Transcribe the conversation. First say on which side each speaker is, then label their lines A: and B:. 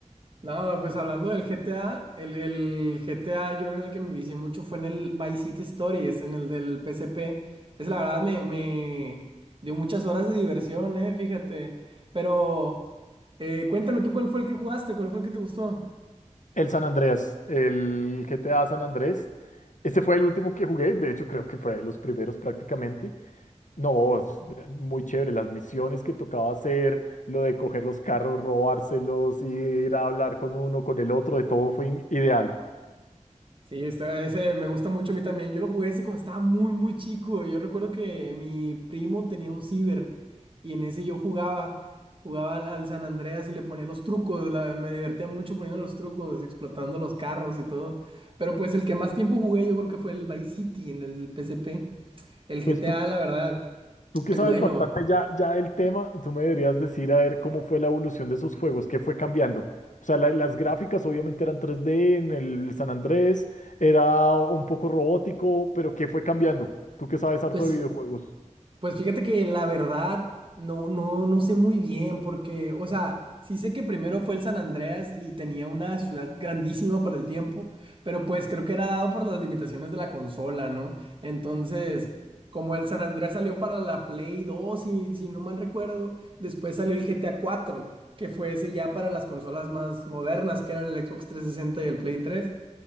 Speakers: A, on the right; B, on the left.
A: Nada, pues hablando del GTA, el, el GTA yo en el que me vicié mucho fue en el Vice City Stories, en el del P S P Es la verdad, me, me dio muchas horas de diversión, eh, fíjate. Pero eh, cuéntame tú cuál fue el que jugaste, cuál fue el que te gustó.
B: El San Andreas, el GTA San Andrés. Este fue el último que jugué, de hecho creo que fue de los primeros prácticamente. No, es eh, muy chévere. Las misiones que tocaba hacer, lo de coger los carros, robárselos, ir a hablar con uno, con el otro, de todo fue in- ideal.
A: Sí, está, ese me gusta mucho a mí también. Yo lo jugué ese cuando estaba muy, muy chico. Yo recuerdo que mi primo tenía un ciber y en ese yo jugaba. Jugaba al, al San Andreas y le ponía los trucos. la- me divertía mucho poniendo los trucos, explotando los carros y todo. Pero pues el que más tiempo jugué yo creo que fue el Vice City en el PSP. El
B: Pues
A: GTA,
B: tú,
A: la verdad,
B: tú que
A: es
B: sabes
A: bueno.
B: bastante ya, ya del tema, tú me deberías decir a ver cómo fue la evolución de esos juegos, qué fue cambiando. O sea, la- las gráficas obviamente eran tres d en el San Andrés, era un poco robótico, pero qué fue cambiando. Tú que sabes harto
A: Pues
B: de videojuegos.
A: Pues fíjate que la verdad no, no, no sé muy bien porque, o sea, sí sé que primero fue el San Andreas y tenía una ciudad grandísima para el tiempo, pero pues creo que era dado por las limitaciones de la consola, ¿no? Entonces, como el San Andreas salió para la Play dos si, si no mal recuerdo, después salió el GTA cuatro que fue ese ya para las consolas más modernas, que eran el Xbox trescientos sesenta y el Play tres